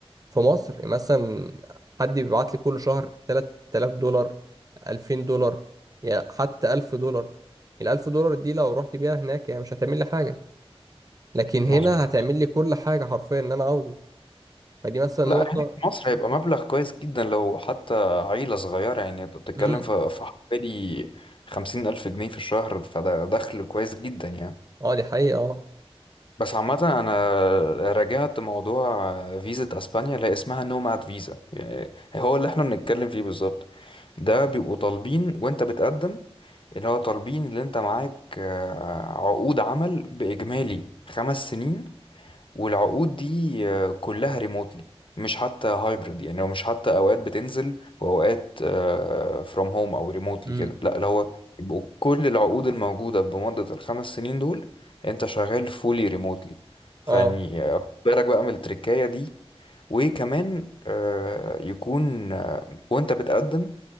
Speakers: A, on the right (about 35°); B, on the left (about 55°).
A: في مصر مثلا حد بيبعت لي كل شهر 3000 دولار 2000 دولار يا حتى 1000 دولار ال 1000 دولار دي لو رحت بيها هناك يعني مش هتعمل لي حاجه لكن هنا
B: مظبوط
A: هتعمل لي كل حاجه حرفيا اللي انا عاوزه فدي مثلا
B: لا
A: نقطه
B: هنا في مصر هيبقى مبلغ كويس جدا لو حتى عيله صغيره يعني انت بتتكلم
A: امم
B: في في حوالي خمسين الف جنيه في الشهر فده دخل كويس جدا يعني
A: اه دي حقيقه اه
B: بس عامة أنا راجعت موضوع فيزا أسبانيا لا اسمها نوماد فيزا يعني هو اللي احنا بنتكلم فيه بالظبط ده بيبقوا طالبين وانت بتقدم اللي هو طالبين اللي انت معاك آه، عقود عمل بإجمالي خمس سنين والعقود دي آه، كلها ريموتلي مش حتى هايبرد يعني هو مش حتى اوقات بتنزل واوقات فروم هوم او ريموتلي
A: امم
B: كده لا اللي هو يبقوا كل العقود الموجوده بمده الخمس سنين دول انت شغال فولي ريموتلي فيعني
A: اه
B: آه، خد بالك بقى من التركايه دي وكمان آه، يكون آه، وانت بتقدم